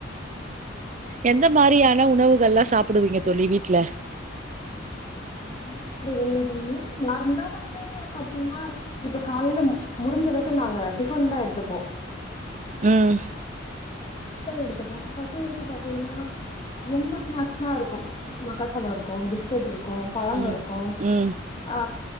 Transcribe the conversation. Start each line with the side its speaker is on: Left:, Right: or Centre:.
Right: எந்த மாரியான உணவுகள்ல்லா சாப்டுவீங்க தோழி வீட்ல
Left: இந்த மாரி ஒன்றுமை <unintelligible> பண்ண நார்மலா வந்து இப்ப பாத்தீங்கனா இப்ப காலேல முடிஞ்ச அளவுக்கு நாங்க டிஃபன் தா எடுத்துப்போ
Right: ம்
Left: இப்பவே எடுத்துப்போ பசங்களுக்கு பாத்தீங்னா எந்த ஸ்நாக்ஸ்னா இருக்கு மக்காச்சோளோ இருக்கு பிஸ் பிஸ்கட் இருக்கு பழங்க
Right: ம்
Left: இருக்கு
Right: ம்
Left: ஆ